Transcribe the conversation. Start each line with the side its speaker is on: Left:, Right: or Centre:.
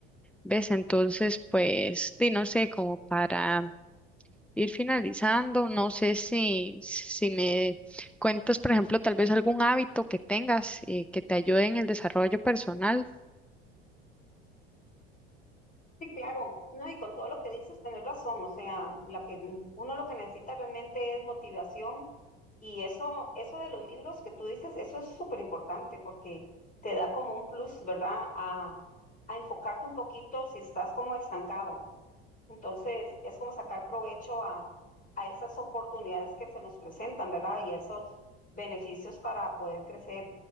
Centre: ¿Ves? Entonces, pues, di, no sé, como para ir finalizando. No sé si, si me cuentas, por ejemplo, tal vez algún hábito que tengas eh, que te ayude en el desarrollo personal.
Left: Sí, claro, no, y con todo lo que dices, tenés razón, o sea, la que uno lo que necesita realmente es motivación Y eso, eso de los libros que tú dices, eso es súper importante porque te da como un plus, ¿verdad? A, a enfocarte un poquito si estás como estancado. Entonces, es como sacar provecho a, a esas oportunidades que se nos presentan, ¿verdad? Y a esos beneficios para poder crecer